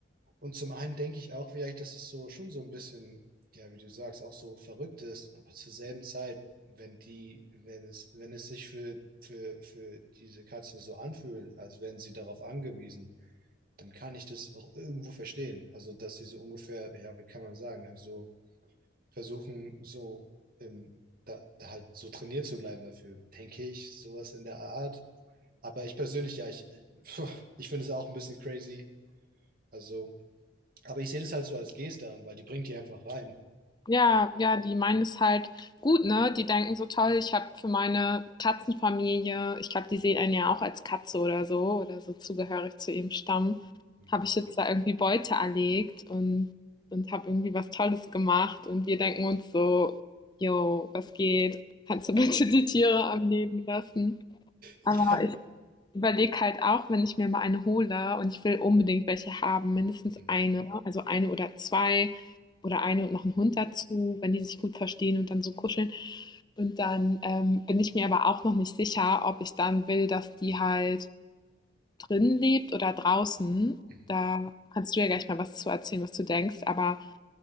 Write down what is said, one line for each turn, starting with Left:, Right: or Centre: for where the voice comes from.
Right: und zum einen denke ich auch vielleicht, dass es so schon so ein bisschen, ja, wie du sagst, auch so verrückt ist, aber zur selben Zeit, wenn die, wenn es, wenn es sich für, für, für diese Katzen so anfühlt, als wären sie darauf angewiesen, dann kann ich das auch irgendwo verstehen. Also, dass sie so ungefähr, ja, wie kann man sagen, halt so versuchen, so im, da, da halt so trainiert zu bleiben dafür, denke ich, sowas in der Art. Aber ich persönlich, ja, ich, <laughs> ich finde es auch ein bisschen crazy. Also, aber ich sehe das halt so als Geste an, weil die bringt die einfach rein.
Left: Ja, ja, die meinen es halt gut, ne? Die denken so toll, ich habe für meine Katzenfamilie, ich glaube, die sehen einen ja auch als Katze oder so, oder so zugehörig zu ihrem Stamm,
Right: Hm.
Left: habe ich jetzt da irgendwie Beute erlegt und, und habe irgendwie was Tolles gemacht. Und wir denken uns so, jo, was geht? Kannst du bitte die Tiere am Leben lassen?
Right: Ja,
Left: Aber ich überlege halt auch, wenn ich mir mal eine hole und ich will unbedingt welche haben, mindestens
Right: Hm,
Left: eine, also eine oder zwei oder eine und noch einen Hund dazu, wenn die sich gut verstehen und dann so kuscheln. Und dann ähm, bin ich mir aber auch noch nicht sicher, ob ich dann will, dass die halt drin lebt oder draußen.
Right: hm,
Left: Da kannst du ja gleich mal was zu erzählen, was du denkst. Aber